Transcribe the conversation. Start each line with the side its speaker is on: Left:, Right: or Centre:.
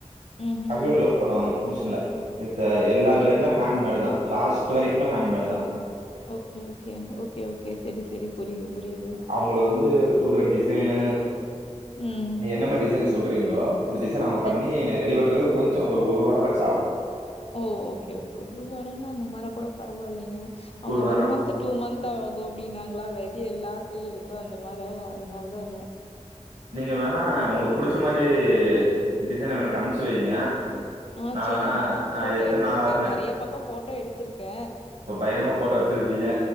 Left: ம்
Right: கம்ப்யூட்டர்ல
Left: ம்
Right: பண்ணுவாங்க மிஷின்ல மித்த எல்லா
Left: செரி
Right: வேலையுமே
Left: செரி
Right: ஹேண்ட்மேடுதா லாஸ்ட் இது வரைக்குமே ஹேண்ட் மேடுதா
Left: ஓகே ஓகே ஓகே ஓகே சரி சரி புரியிது புரியிது
Right: அவங்களு வந்து குடுக்குற டிசைனு
Left: ம்.
Right: நீ என்ன மாறி டிசைன் சொல்றீங்ளோ இந்த டிசைன் அவங்க
Left: சரி.
Right: பண்ணி ரெடி பண்றதுக்கு கொஞ்சோ ஒரு ஒரு வார ஆச்சு ஆகும்
Left: ஓ ஓகே ஓகே ஒரு வாரன்னா அந்த மாறா கூட பரவாயில்லைங்க அவங்க
Right: ஒரு வாரம்
Left: ஒன் மந்த் டூ மந்த் ஆகும் அப்டின்னாங்களா வெதை எல்லா செய்றக்கு அந்த மாறா அதனால தாங்க
Right: நீங்க வேணா உங்களுக்கு புடிச்ச மாறி டிசைன் எனக்கு அம்ச்சி வைங்க
Left: ஆ
Right: நான்
Left: சேரிங்க
Right: வேணா
Left: நா
Right: நான்
Left: போட்டோ
Right: எத்தனை
Left: எடுத்திருக்கே
Right: நாள் ஆகுன்னு
Left: நிறைய பக்கம் போட்டோ எடுத்திருக்கே
Right: இப்ப பயங்கரமா போட்டோ வச்சிருப்பீங்க